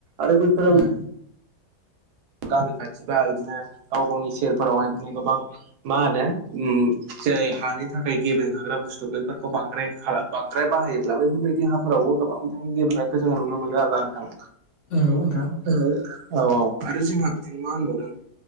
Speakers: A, on the right; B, on the left.
A: आरो बैफोर
B: ओं
A: गामि खाथिबा बिदिनो गाव गावनि सेरफोरावहाय बिनो गोबां मा होनो उम जाय हानि थाखाय गेबें होग्रा बुस्थु बेफोरखौ बांद्राय बांद्राय बाहायोब्ला बेफोरबादि हाफोरावबो गोबां बिदिनो गेलब्रेंनायखौ जोङो नुनो मोनो आरो नोंथां
B: औ नोंथां
A: औ औ औ आरो जोंहा बिदिनो मा होनबावदों